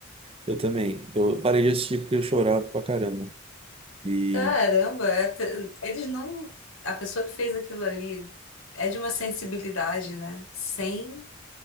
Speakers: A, on the right; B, on the left.
A: eu também. Eu parei de assistir porque eu chorava pra caramba. e
B: Caramba, é te- eles não. A pessoa que fez aquilo ali é de uma sensibilidade, né? Sem,